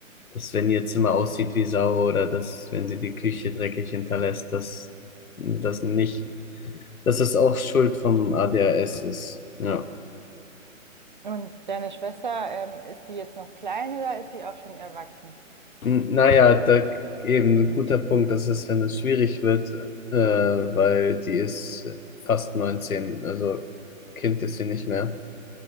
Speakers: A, on the left (about 80°); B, on the right (about 35°).
A: dass wenn ihr Zimmer aussieht wie Sau oder dass wenn sie die Küche dreckig hinterlässt, dass das nicht, dass es auch Schuld vom ADHS ist. Ja.
B: Und deine Schwester, ähm, ist die jetzt noch klein oder ist die auch schon erwachsen?
A: N- Naja, da eben ein guter Punkt, das ist, wenn es schwierig wird, äh, weil die ist fast 19, also Kind ist sie nicht mehr.